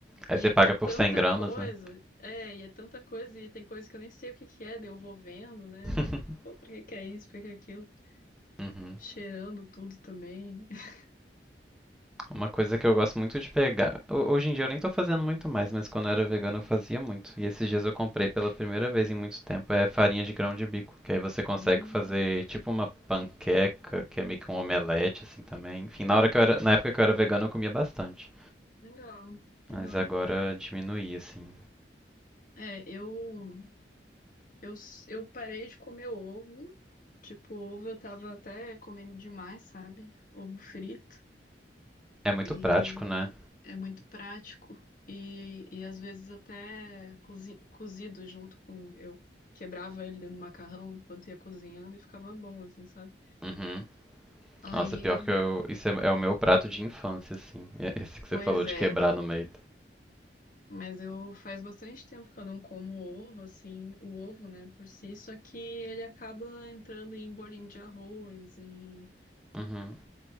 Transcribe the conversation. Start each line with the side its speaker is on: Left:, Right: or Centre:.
Centre: Aí
Left: E
Centre: você
Left: é
Centre: paga por
Left: tanta
Centre: 100 gramas,
Left: coisa,
Centre: né?
Left: é, e é tanta coisa, e tem coisa que eu nem sei o que que é, daí eu vou vendo, né?
Centre: <laughs>
Left: Pô, por que que é isso, por que que é aquilo?
Centre: Uhum.
Left: Cheirando tudo também. <laughs>
Centre: Uma coisa que eu gosto muito de pegar. ho- Hoje em dia eu nem tô fazendo muito mais, mas quando eu era vegano eu fazia muito. E esses dias eu comprei pela primeira vez em muito tempo é farinha de grão de bico, que aí você consegue
Left: Hum,
Centre: fazer tipo uma panqueca, que é meio que um omelete assim também. Enfim, na hora que eu era, na época que eu era vegano eu comia bastante,
Left: legal, legal.
Centre: mas agora diminuí assim.
Left: É, eu. Eu, s- eu parei de comer ovo. Tipo, ovo eu tava até comendo demais, sabe? Ovo frito.
Centre: É muito
Left: E
Centre: prático, né?
Left: é muito prático. E, e às vezes até cozi- cozido junto com. Eu quebrava ele dentro do macarrão enquanto ia cozinhando e ficava bom, assim, sabe?
Centre: Uhum.
Left: Aí,
Centre: Nossa, pior que eu. Isso é, é o meu prato de infância, assim. É Esse que você
Left: pois
Centre: falou de
Left: é.
Centre: quebrar no meio.
Left: Mas eu faz bastante tempo que eu não como ovo, assim, o ovo, né, por si. Só que ele acaba entrando em bolinho de arroz, em
Centre: Uhum,